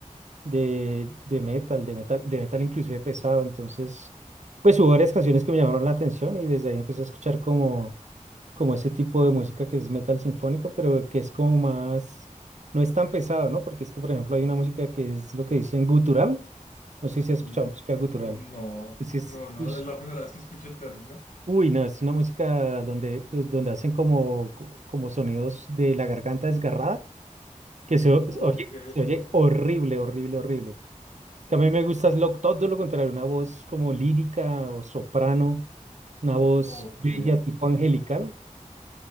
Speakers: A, on the right; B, on the left.
A: de, de metal, de metal, de metal inclusive pesado. Entonces, pues hubo varias canciones que me llamaron la atención y desde ahí empecé a escuchar como, como ese tipo de música que es metal sinfónico, pero que es como más, no es tan pesado, ¿no? Porque es que, por ejemplo, hay una música que es lo que dicen gutural. No sé si has escuchado
B: N-
A: música gutural.
B: No,
A: Pues es,
B: no, no,
A: uy,
B: es la primera vez que escucho el término.
A: uy, no, es una música donde, pues, donde hacen como, co- como sonidos de la garganta desgarrada, que se, o-
B: Ok,
A: se oye, se oye horrible, horrible, horrible. Que a mí me gusta es lo- todo lo contrario, una voz como lírica o soprano, una voz
B: ok,
A: bella tipo angelical.